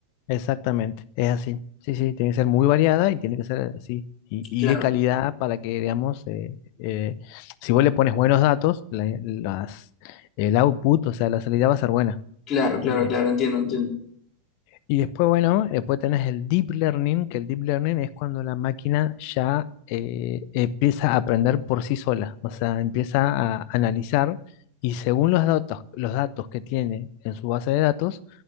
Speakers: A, on the left; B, on the left.
A: Exactamente, es así. Sí, sí, tiene que ser muy variada y tiene que ser así. Y, y
B: Claro,
A: de calidad para que, digamos, eh, eh, si vos le pones buenos datos, la- las, el output, o sea, la salida va a ser buena.
B: claro, claro,
A: Ok.
B: claro, entiendo, entiendo.
A: Y después, bueno, después tenés el deep learning, que el deep learning es cuando la máquina ya eh, empieza a aprender por sí sola, o sea, empieza a analizar y según los datos, los datos que tiene en su base de datos,